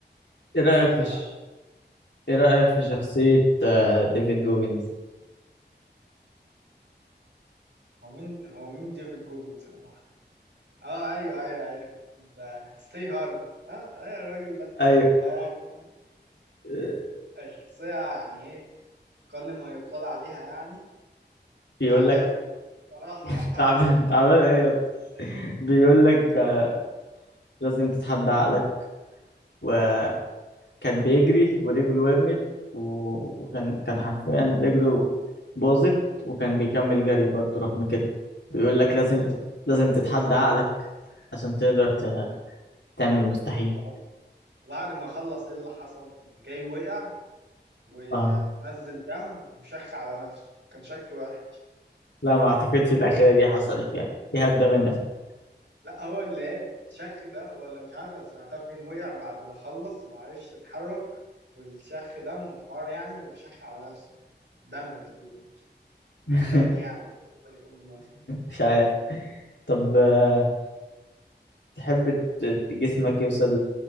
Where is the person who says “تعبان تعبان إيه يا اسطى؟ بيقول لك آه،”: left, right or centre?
Left